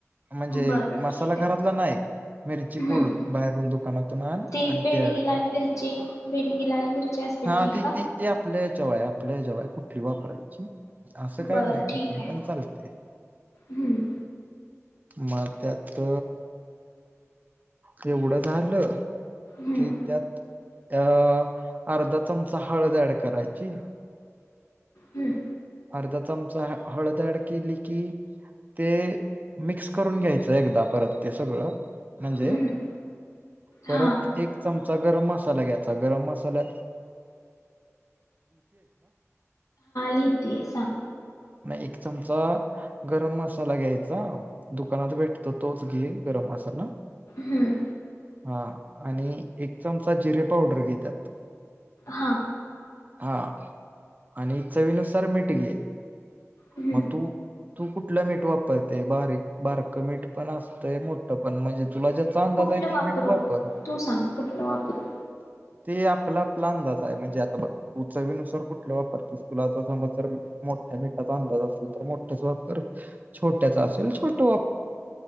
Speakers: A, on the right; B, on the left.
A: म्हणजे
B: बरं
A: मसाला
B: ठीक
A: घरातला
B: आहे
A: नाय मिरची
B: हं,
A: पुढ बाहेरून दुकानातून आन
B: ते
A: आणि
B: बेडगी
A: ती ऍड
B: लाल
A: कर
B: मिरची बेडगी लाल मिरची असते
A: हा ती
B: का
A: आपल्या हेचवर आहे लय कुठली वापरायची असं काय
B: बरं
A: नाय
B: ठीक
A: कुठली
B: आहे
A: पण चालते
B: हं,
A: मग त्यात तेवढे झालं
B: हं,
A: कि त्यात अर्धा चमचा हळद ऍड करायची
B: हं,
A: अर्धा चमचा हळद ऍड केली कि ते मिक्स करून घ्यायचं आहे एकदा परत ते सगळं
B: हं.
A: परत
B: हां
A: एक चमचा गरम मसाला
B: घेतीये सांग
A: एक चमचा गरम मसाला घ्यायचा दुकानात भेटतो तोच घे गरम मसाला
B: हम्म.
A: हा आणि एक चमचा जिरे पावडर घे त्यात
B: हां
A: हा आणि चवीन मीठ घे
B: हं.
A: मग तू कुठलं मीठ वापरते बारीक बारक मीठ पण असत आणि मोठं पण अंदाज
B: कुठलं
A: आहे ते
B: वापरू
A: मीठ वापर
B: तू सांग कुठलं वापरू
A: ते आपला आपला अंदाज आहे म्हणजे आता बग तू चवी नुसार कुटला वापरतीस तर मोठ्या मिठाचा अंदाज असले तर मोठं वापर नय तर छोट